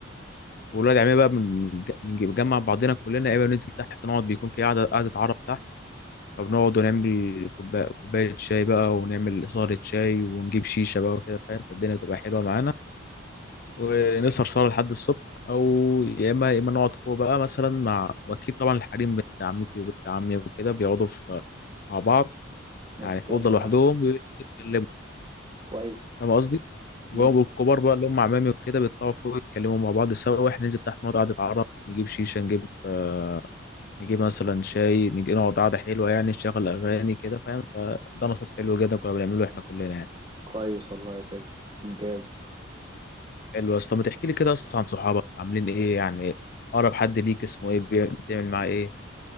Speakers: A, on the left; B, on the right.
A: والولاد عمي بقى بن- بنجمع بعضنا كلنا يا اما بننزل تحت نقعد بيكون في قعده قعده عرب تحت فبنقعد ونعمل كوبايه كوبايه شاي بقى ونعمل إصارة شاي ونجيب شيشه بقى وكده فاهم فالدنيا بتبقى حلوه معانا ونسهر سهره لحد الصبح او يا اما يا اما نقعد فوق بقى مثلا مع واكيد طبعا الحريم بنت عمتي وبنت عمي وكده بيقعدوا في مع بعض
B: ممتاز
A: يعني في اوضه
B: والله
A: لوحدهم ويتكلموا
B: كويس
A: فاهم قصدي
B: مم.
A: والكبار بقى اللي هم عمامي وكده بيطلعوا فوق يتكلموا مع بعض سوا واحنا ننزل تحت نقعد قعده عرب نجيب شيشه نجيب آه، نجيب مثلا شاي نجي نقعد قعدة حلوة يعني نشغل أغاني كده فاهم فده نشاط حلو جدا كنا بنعمله إحنا كلنا يعني
B: كويس والله يا ساجد ممتاز
A: حلو يا اسطى ما تحكي لي كده أصلا عن صحابك عاملين إيه يعني أقرب حد ليك اسمه إيه بي- بتعمل معاه إيه